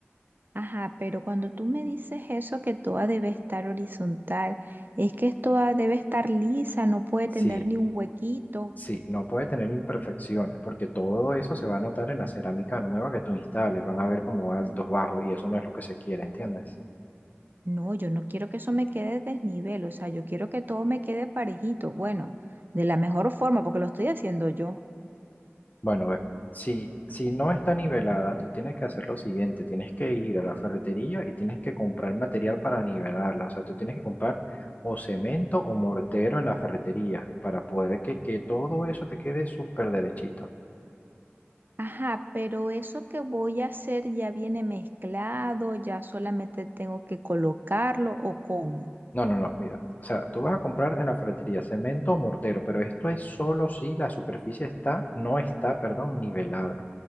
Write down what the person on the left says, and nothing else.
Sí,
sí, no puede tener imperfecciones, porque todo eso se va a notar en la cerámica nueva que tú instales, van a ver como altos, bajos, y eso no es lo que se quiere, ¿entiendes?
Bueno, ve, si, si no está nivelada, tú tienes que hacer lo siguiente, tienes que ir a la ferretería y tienes que comprar material para nivelarla, o sea, tú tienes que comprar o cemento o mortero en la ferretería para poder que, que todo eso te quede súper derechito.
No, no, no, mira, o sea, tú vas a comprar en la ferretería cemento o mortero, pero esto es solo si la superficie está, no está, perdón, nivelada.